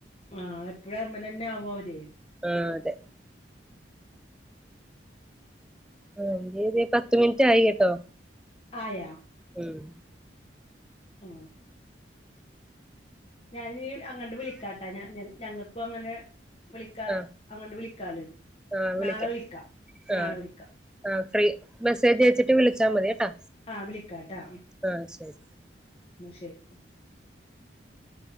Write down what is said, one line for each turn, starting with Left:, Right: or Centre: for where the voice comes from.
Left: ആഹ എപ്പോഴും അവ്മ്മലന്നെ ആവും അവര്.
Centre: ആ അതെ. ആ ഇത് പത് മിനിറ്റ് ആയി കേട്ടോ.
Left: ആയാ.
Centre: ഉം.
Left: ആ. ഞാനിഞ്ഞി അങ്ങണ്ട് വിളിക്കാട്ടാ ഞങ്ങൾക്കും അങ്ങനെ വിളിക്കാ
Centre: ആ
Left: അങ്ങണ്ട് വിളിക്കാലിം.
Centre: ആ വിളിക്കാം
Left: നാളെ വിളിക്ക നാളെ
Centre: ആ
Left: വിളിക്ക.
Centre: ആ ഫ്രീ മെസ്സേജ് അയച്ചിട്ട് വിളിച്ചാൽ മതി കേട്ടാ.
Left: ആ വിളിക്കാട്ടാ
Centre: ആ ശരി.
Left: ശരി.